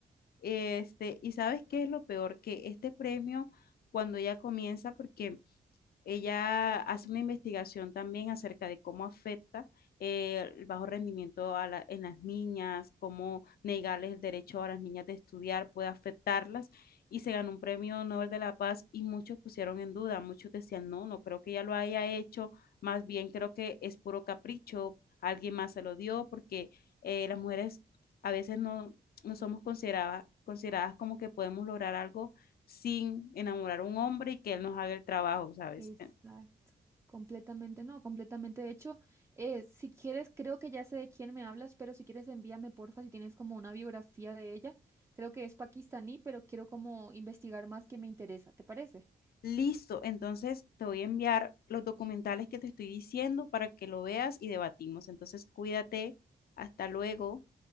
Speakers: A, on the left; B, on the right.
A: Este, y sabes qué es lo peor, que este premio, cuando ella comienza, porque ella hace una investigación también acerca de cómo afecta eh, el bajo rendimiento a la- en las niñas, cómo negarles el derecho a las niñas de estudiar puede afectarlas y se ganó un premio Nobel de la Paz y muchos pusieron en duda, muchos decían, no, no creo que ella lo haya hecho, más bien creo que es puro capricho, alguien más se lo dio porque eh, las mujeres a veces no, no somos consideradas, consideradas como que podemos lograr algo sin enamorar a un hombre y que él nos haga el trabajo, ¿sabes?
B: Exacto,
A: Eh,
B: completamente, no, completamente. De hecho, eh, si quieres, creo que ya sé de quién me hablas, pero si quieres envíame, porfa, si tienes como una biografía de ella. Creo que es pakistaní, pero quiero como investigar más que me interesa. ¿Te parece?
A: Listo, entonces te voy a enviar los documentales que te estoy diciendo para que lo veas y debatimos. Entonces, cuídate, hasta luego.